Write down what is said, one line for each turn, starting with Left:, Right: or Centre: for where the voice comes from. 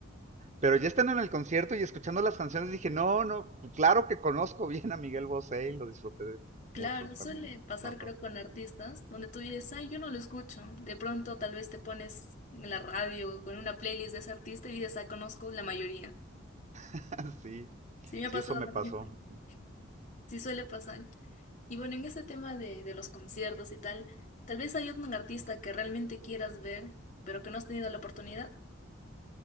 Right: Pero ya estando en el concierto y escuchando las canciones dije, no, no, claro que conozco bien a Miguel Bosé y lo disfruté
Left: Claro,
Right: mucho
Left: suele
Right: también.
Left: pasar
Right: Ajá.
Left: creo con artistas donde tú dices, ay, yo no lo escucho. De pronto tal vez te pones en la radio o con una playlist de ese artista y dices, ah, conozco la mayoría.
Right: <laughs> Sí,
Left: Sí, me
Right: sí,
Left: ha pasado
Right: eso me
Left: también.
Right: pasó.
Left: Sí suele pasar. Y bueno, en ese tema de, de los conciertos y tal, tal vez hay un artista que realmente quieras ver, pero que no has tenido la oportunidad.